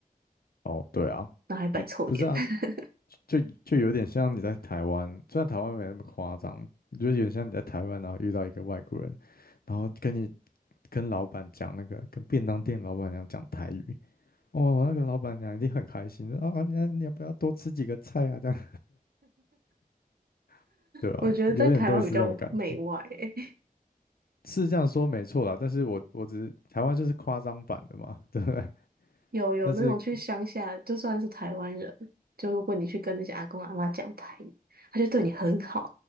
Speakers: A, on the left; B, on the right.
A: 哦，对啊，
B: 然后还摆臭脸。
A: 就不是啊，
B: <laughs>
A: 就就有点像你在台湾，虽然台湾没那么夸张，就是有点像你在台湾，然后遇到一个外国人，然后跟你跟老板讲那个，跟便当店老板娘讲台语，哦，那个老板娘一定很开心，说啊，那你要不要多吃几个菜啊？这样，<laughs> 对啊，
B: 我觉得在台湾比较媚外欸，
A: 有点类似这种感觉，是这样说没错啦，但是我我只是台湾就是夸张版的嘛，<laughs> 对不对？
B: <laughs> 有有那种去乡下，
A: 但是
B: 就算是台湾人，就如果你去跟那些阿公阿妈讲台语，他就对你很好；